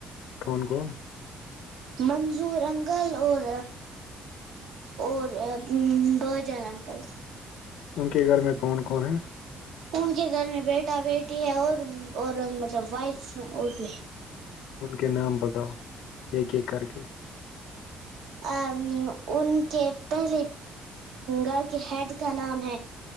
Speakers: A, on the left; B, on the right.
A: کون کون
B: منظور انکل اور اور بہت جانا اکل
A: ان کے گھر میں کون کون ہیں
B: ان کے گھر میں بیٹا بیٹی ہے اور اور مطلب وائف اور بھی
A: ان کے نام بتاؤ ایک ایک کر کے
B: ا ان کے پہلے گھر کے ہیڈ کا نام ہے